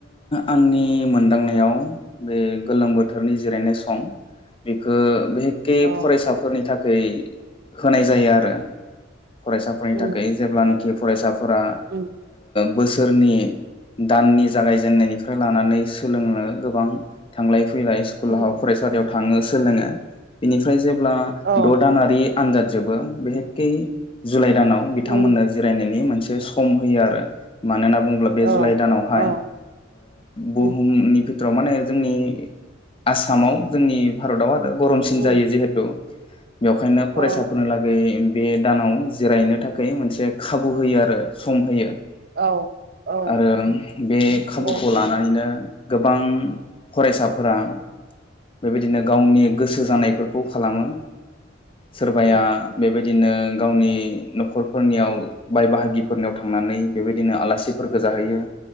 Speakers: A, on the left (about 25°); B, on the right (about 50°).
A: आंनि मोनदांनायाव बे गोलोम बोथोरनि जिरायनाय सम बेखौ बे एके
B: औ
A: फरायसाफोरनि थाखाय होनाय जायो आरो फरायसाफोरनि
B: उम
A: थाखाय जेमज्ञब्लानाखि फरायसाफोरा
B: उम
A: बोसोर सोरनि दाननि जागायजेननायनिफ्राय लानानै सोलोंनो गोबां थांलाय फैलाय स्कुलाव
B: उम
A: फरायसालियाव थांङो सोलोंङो बेनिफ्राय जेब्ला
B: औ
A: द' दानारि आनजाद जबो बिहेकै जुलाइ दानाव बिथांमोननो
B: उम
A: जिरायनायनि मोनसे से होयो आरो मानो होनना बुंङोब्ला बे
B: औ
A: जुलाइ दानावहाय
B: औ
A: बुहुमनि
B: उम
A: बिथोराव माने जोंनि आसामाव जोंनि भारताव आरो गरमसिन
B: उम
A: जायो जिहेतु बेवहायनो
B: औ
A: फरायसाफोरनिलागै बे दानाव जिरायनो थाखाय मोनसे खाबु होयो आरो सम होयो
B: औ औ
A: आरो बे खाबुखौ
B: नंगौ
A: लानानैनो गोबां फरायसाफोरा बेबायदिनो गावनि गोसो जानायफोरखौ खालामो सोरबाया
B: उम
A: बे बेबायदिनो गावनि न'खरफोरनियाव बाय बाहागिफोरनियाव थांनानै बेबायदिनो आलासिफोरखौ जाहैयो